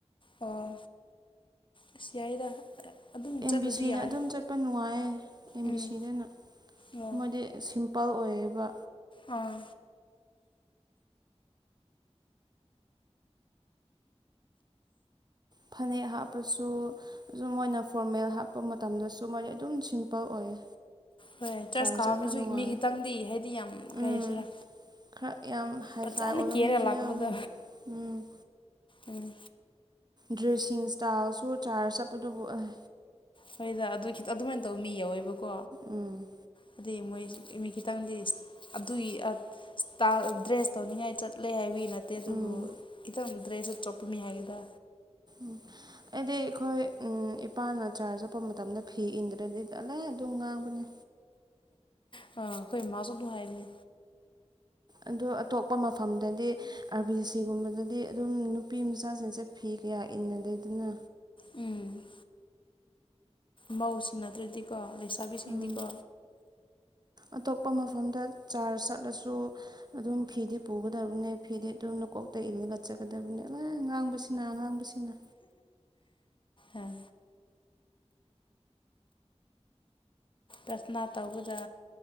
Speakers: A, on the left (about 45°); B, on the right (about 40°).
A: ꯑꯣ ꯑꯁ ꯌꯥꯏꯗ ꯑꯗꯨꯝ
B: ꯑꯦꯝ
A: ꯆꯠꯂꯗꯤ
B: ꯕꯤ ꯁꯤꯅ
A: ꯌꯥꯔꯦ
B: ꯑꯗꯨꯝ ꯆꯠꯄ ꯅꯨꯡꯉꯥꯏꯌꯦ ꯑꯦꯝ
A: ꯎꯝ
B: ꯕꯤ ꯁꯤꯗꯅ
A: ꯑꯣ
B: ꯃꯣꯏꯗꯤ ꯁꯤꯝꯄꯜ ꯑꯣꯏꯌꯦꯕ
A: ꯑꯥ
B: ꯐꯅꯦꯛ ꯍꯥꯞꯄꯁꯨ ꯑꯗꯨ ꯃꯣꯏꯅ ꯐꯣꯔꯃꯦꯜ ꯍꯥꯞꯄ ꯃꯇꯝꯗꯁꯨ ꯃꯣꯏꯗꯤ ꯑꯗꯨꯝ ꯁꯤꯝꯄꯜ ꯑꯣꯏꯌꯦ
A: ꯍꯣꯏ ꯆ꯭ꯔꯁ
B: ꯆꯥꯔ
A: ꯀꯥꯕ
B: ꯆꯠꯄ
A: ꯃꯤꯁꯨ
B: ꯅꯨꯡꯉꯥꯏ
A: ꯃꯤ ꯈꯤꯇꯪꯗꯤ ꯍꯥꯏꯗꯤ ꯌꯥꯝ ꯀꯩ
B: ꯎꯝ
A: ꯍꯥꯏꯁꯤꯔꯥ
B: ꯈꯔ ꯌꯥꯝ ꯍꯥꯏꯐꯥꯏ
A: ꯐꯖꯅ
B: ꯑꯣꯏꯕ
A: ꯀꯦꯔ
B: ꯃꯤꯁꯨ
A: ꯂꯥꯛꯄꯗꯣ
B: ꯌꯥꯎꯋꯦ ꯎꯝ
A: ꯎꯝ
B: ꯗ꯭ꯔꯦꯁꯤꯡ ꯏꯁꯇꯥꯏꯜꯁꯨ ꯆꯥꯔꯖ ꯆꯠꯄꯗꯨꯕꯨ ꯑꯦ
A: ꯍꯣꯏꯗ ꯑꯗꯨꯈꯤꯇ ꯑꯗꯨꯃꯥꯏꯅ ꯇꯧ ꯃꯤ ꯌꯥꯎꯋꯦꯕꯀꯣ
B: ꯎꯝ
A: ꯍꯥꯏꯗꯤ ꯃꯣꯏ ꯃꯤ ꯈꯤꯇꯪꯗꯤ ꯑꯗꯨꯒꯤ ꯑ ꯏꯁꯇꯥꯏꯜ ꯑ ꯗ꯭ꯔꯦꯁ ꯇꯧꯅꯤꯡꯉꯥꯏ ꯆꯠꯂꯦ ꯍꯥꯏꯕꯤ ꯅꯠꯇꯦ ꯑꯗꯨꯕꯨ
B: ꯎꯝ
A: ꯈꯤꯇꯪ ꯗ꯭ꯔꯦꯁꯇ ꯆꯣꯞꯄꯃꯤ ꯍꯥꯏꯒꯦꯗ
B: ꯎ ꯑꯩꯗꯤ ꯑꯩꯈꯣꯏ ꯎꯝ ꯄꯥꯟꯒ ꯆꯥꯔꯖ ꯆꯠꯄ ꯃꯇꯝꯗ ꯐꯤ ꯏꯟꯗ꯭ꯔꯗꯤ ꯑꯂꯥꯏ ꯑꯗꯨꯝ ꯉꯥꯡꯕꯅꯦ
A: ꯍꯥ ꯑ ꯑꯩꯈꯣꯏ ꯃꯥꯁꯨ ꯑꯗꯨ ꯍꯥꯏꯕꯅꯤ
B: ꯑꯗꯣ ꯑꯇꯣꯞꯄ ꯃꯐꯝꯗꯗꯤ ꯑꯥꯔꯕꯤ ꯁꯤꯒꯨꯝꯕꯗꯗꯤ ꯑꯗꯨꯝ ꯅꯨꯄꯤ ꯃꯆꯥꯁꯤꯡꯁꯦ ꯐꯤ ꯀꯌꯥ ꯏꯟꯅꯗꯦ ꯑꯗꯨꯅ
A: ꯎꯝ ꯃꯧꯁꯤꯡ ꯅꯠꯇ꯭ꯔꯗꯤꯀꯣ ꯂꯩꯁꯥꯕꯤꯁꯤꯡꯗꯤꯀꯣ
B: ꯎꯝ ꯑꯇꯣꯞꯄ ꯃꯐꯝꯗ ꯆꯥꯔ ꯆꯠꯂꯁꯨ ꯑꯗꯨꯝ ꯐꯤꯗꯤ ꯄꯨꯒꯗꯕꯅꯦ ꯐꯤꯗꯤ ꯑꯗꯨꯝ ꯅꯀꯣꯛꯇ ꯏꯜꯂꯒ ꯆꯠꯒꯗꯕꯅꯦ ꯑꯂ ꯉꯥꯡꯕꯁꯤ ꯁꯤꯅ ꯉꯥꯡꯕꯁꯤꯅ
A: ꯑꯥ ꯔꯊꯅꯥ ꯇꯧꯕꯗ